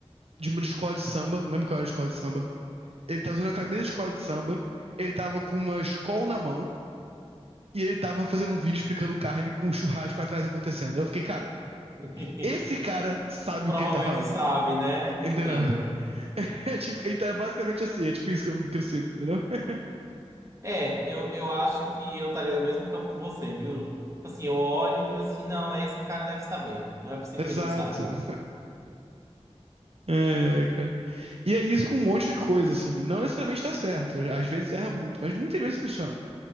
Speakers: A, on the right; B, on the right.
A: De uma de escola de samba, não lembro qual era a escola de samba. Ele tava usando a camisa de escola de samba, ele tava com uma escola na mão e ele tava fazendo um vídeo explicando carne com o churrasco atrás acontecendo. Eu fiquei, cara.
B: <laughs>
A: Esse cara sabe
B: Provavelmente
A: o que ele tá falando.
B: sabe, né?
A: Entendeu?
B: Entendo.
A: <laughs> É tipo, então é basicamente assim, é tipo isso que eu, que eu sinto, entendeu? <laughs>
B: É, eu, eu acho que eu estaria no mesmo campo que você, viu? Tipo Assim, eu olho e digo assim, não, esse cara deve saber. Não é possível
A: Exato.
B: que ele não saiba.
A: <laughs> É, é, cara. E é isso com um monte de coisa, assim. Não necessariamente tá certo. Às vezes erra muito, mas muitas vezes funciona.